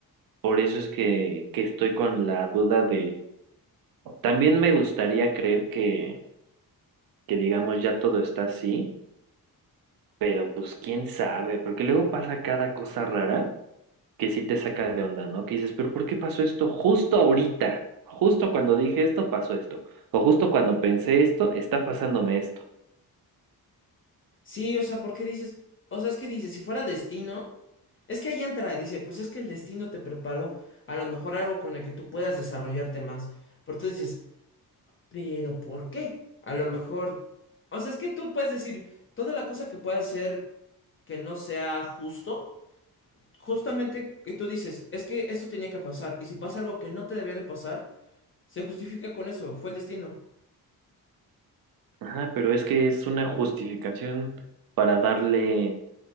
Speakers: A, on the right; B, on the left.
A: Por eso es que, que estoy con la duda de, también me gustaría creer que, que digamos ya todo está así, pero pues quién sabe, porque luego pasa cada cosa rara que sí te saca de onda, ¿no? Que dices, pero ¿por qué pasó esto justo ahorita? Justo cuando dije esto, pasó esto. O justo cuando pensé esto, está pasándome esto.
B: Sí, o sea, porque dices, o sea, es que dices, si fuera destino, es que ahí entra, dice, pues es que el destino te preparó a lo mejor algo con el que tú puedas desarrollarte más. Pero tú dices, Pero ¿por qué? A lo mejor, o sea, es que tú puedes decir toda la cosa que pueda ser que no sea justo, justamente que tú dices, es que esto tenía que pasar, y si pasa algo que no te debía de pasar, se justifica con eso, fue el destino.
A: Ajá, pero es que es una justificación para darle